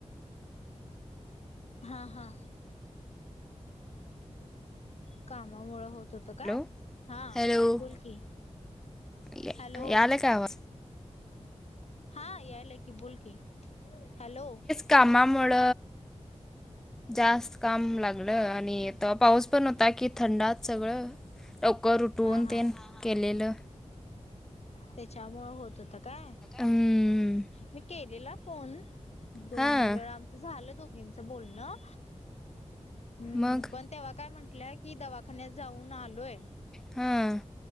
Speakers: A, on the left (about 60°); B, in the centre.
A: हां हां कामामुळेळं होत होत
B: हॅलो
A: काय हा
B: हॅलो
A: बोलकी,
B: या-
A: हॅलो
B: <unintelligible> हॅलो,
A: हा याल की बोल की हॅलो,
B: कामामुळ जास्त काम लागलं आणि पाऊस पण होता की थंडात सगळं लवकर उठून
A: हा हा
B: तेन केलेलं
A: त्येच्यामुळ होत होत काय
B: हम्म
A: मी केलेला फोन दोन
B: हां
A: वेळा आमचं झालं दोघींचं बोलणं हम्म
B: मग
A: पण तेव्हा काय म्हटल्या की दवाखान्यात जाऊन आलोय
B: हां